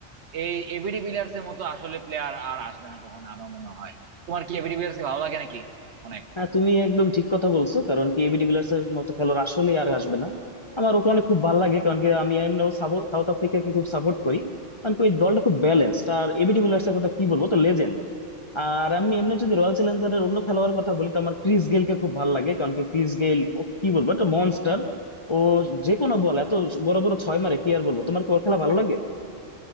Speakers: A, on the right (about 70°); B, on the left (about 30°).
A: এই এবিডি ভিলিয়ার্স এর মতো আসলে প্লেয়ার আর আসবে না কখনো আমার মনে হয় তোমার কি এবিডি ভিলিয়ার্স কে ভালো লাগে নাকি অনেক
B: হ্যাঁ তুমি একদম ঠিক কথা বলছো কারণ কি এবি ডিভিলিয়ার্স এর মতো খেলোয়াড় আসলে আর আসবে না আমার ওকে অনেক খুব ভালো লাগে কারণ কি আমি এমনিও সাবো- সাউথ আফ্রিকাকে খুব সাপোর্ট করি কারণ কি ওই দলটা খুব ব্যালেন্সড আর এবি ডিভিলিয়ার্স এর কথা কি বলবো তো লেজেন্ড আর আমি এমনি যদি রয়্যাল চ্যালেঞ্জার্স এর অন্য খেলোয়াড়ের কথা বলি তো আমার ক্রিস গেইলকে খুব ভালো লাগে কারণ কি ক্রিস গেইল ও কি বলবো একটা মনস্টার ও যে কোনো বল এত বড় বড় ছয় মারে কি আর বলবো তোমার কি ওর খেলা ভালো লাগে